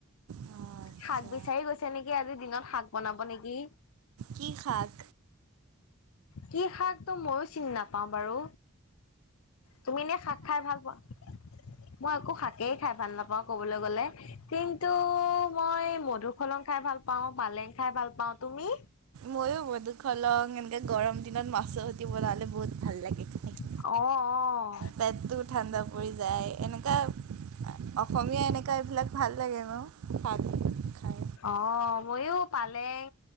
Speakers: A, on the right; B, on the left.
A: আচ্ছা
B: শাক বিচাৰি গৈছে নেকি, আজিৰ দিনত শাক বনাব নেকি।
A: কি শাক?
B: কি শাক ত' মইও চিনি নাপাওঁ বাৰু। তুমি এনে শাক খাই ভাল পোৱা? মই একো শাকেই খাই ভাল নাপাওঁ কবলৈ গলে কিন্তু, মই মধুসলন খাই ভাল পাওঁ, পালেং খাই ভাল পাওঁ। তুমি?
A: মইয়ো মধুসলন এনেকে গৰম দিনত মাছৰ সৈতে বনালে বহুত ভাল লাগে খাই।
B: অঁ অঁ।
A: পেটটো ঠাণ্ডা পৰি যায়। এনেকা অসমীয়া এনেকুৱা এইবিলাক ভাল লাগে ন? খাই
B: অঁ মইয়ো পালেং